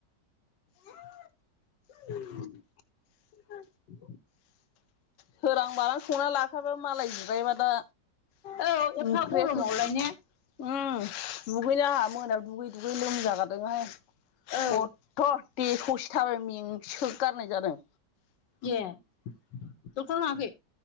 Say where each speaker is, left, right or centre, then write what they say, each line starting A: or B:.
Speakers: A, on the left; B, on the left.
A: <unintelligible> ह <inaudible>
B: सोरां बारां संना लाखाबा मालाय जिरायबा दा
A: औ
B: ओंख्रियासो
A: एफा गरमावलाय ने
B: उम दुगैनो आंहा मोनायाव दुगै दुगै लोमजागारदोंहाय खद
A: औ
B: थ' दे ससे थाबाय मेंसोगारनाय जादों।
A: ए डक्टरनाव थाङाखै?